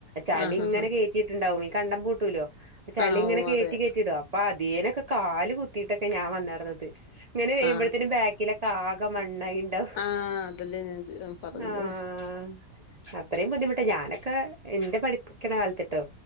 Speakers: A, on the right; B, on the left.
A: ചളി
B: ആഹ്
A: ഇങ്ങനെ
B: ആഹ്
A: കേട്ടിട്ടുണ്ടാവും. ഈ കണ്ടം പൂട്ടൂലോ? അപ്പ ചളി
B: ആ
A: ഇങ്ങനെ
B: ഓ
A: കേട്ടി,
B: അതെ
A: കേട്ടി ടും. അപ്പൊ അതേനൊക്കെ കാല് കുത്തിയിട്ടൊക്കെ ഞാൻ വന്നിടന്നത്. ഇങ്ങനെ വരുമ്പോഴ
B: ആ
A: ത്തിന് ബാക്കിലൊക്കെ ആകെ- മണ്ണായിണ്ടാവും.
B: ആ അതല്ലേ ഞാൻ ചോ- പറഞ്ഞത്
A: ആഹ് അത്രയും ബുദ്ധിമുട്ടാ. ഞാനൊക്കെ എന്റെ പഠിക്കണ കാലത്തിട്ടോ?